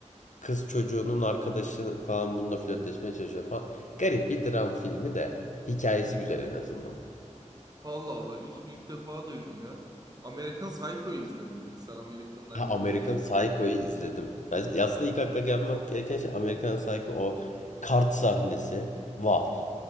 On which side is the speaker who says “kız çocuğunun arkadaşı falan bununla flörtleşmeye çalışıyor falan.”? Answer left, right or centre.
Left